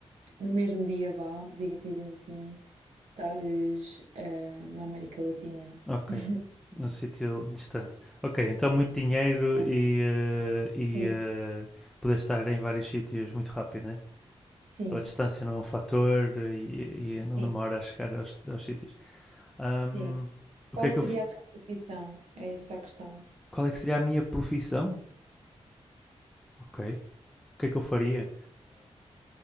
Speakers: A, on the right; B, in the centre.
A: no mesmo dia vá, diga- dizendo assim, estares eh, na América Latina.
B: Ok.
A: <laughs> Não
B: Num
A: sei.
B: sítio distante. Ok, então muito dinheiro
A: Ah,
B: e, eh, e
A: Sim,
B: eh, poder estar em vários sítios muito rápido, né?
A: sim,
B: A distância não é um fator e, e não
A: sim,
B: demora a chegar aos, aos sítios. Ahm,
A: sim.
B: o
A: Qual
B: que é
A: seria
B: que eu, f-
A: a tua profissão? É essa a questão.
B: qual é que seria a minha profissão? Ok. O que é que eu faria?